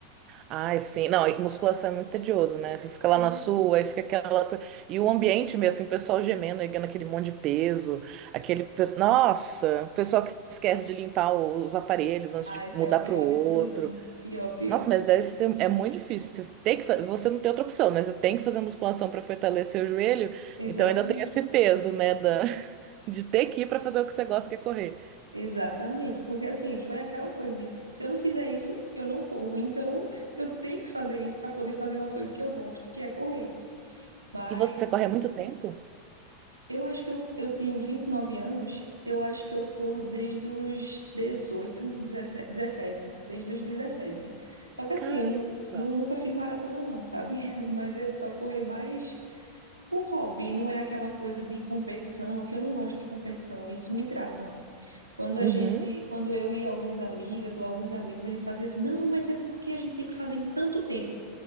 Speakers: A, on the right; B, on the right.
A: Ai, sim. Não, e musculação é muito tedioso, né? Você fica lá
B: Sim.
A: na sua, aí fica aquela coisa. E o ambiente mesmo, assim, o pessoal gemendo, erguendo aquele monte de peso, aquele. pe- Nossa, o pessoal que esquece de limpar o- os aparelhos antes
B: Ah,
A: de
B: esse
A: mudar
B: é o pior
A: pro outro.
B: de tudo. Pior, pior.
A: Nossa, mas deve ser... é muito difícil. Você tem que... fa- Você não tem outra opção, né? Você tem que fazer musculação para fortalecer o joelho,
B: Exatamente.
A: então ainda tem esse peso, né? da- <laughs> De ter que ir para fazer o que você gosta, que é correr.
B: Exatamente, porque assim, foi aquela coisa de se eu não fizer isso, eu não corro. Então, <laughs> eu tenho que fazer isso para poder fazer uma coisa que eu gosto, que é correr. Mas
A: E você corre há muito tempo?
B: eu acho que eu, eu tenho 29 anos, eu acho que eu corro desde os 18, 17, 17, desde os 17. Só que assim,
A: Caramba!
B: eu nu- nu- nunca fiz maratona não, sabe? <laughs> Mas é só correr mais por hobby, não é aquela coisa de competição, que eu não gosto de competição, isso me trava. Quando a
A: Uhum.
B: gente, quando eu e algumas amigas ou alguns amigos, a gente fazia assim, não, mas é porque a gente tem que fazer em tanto tempo.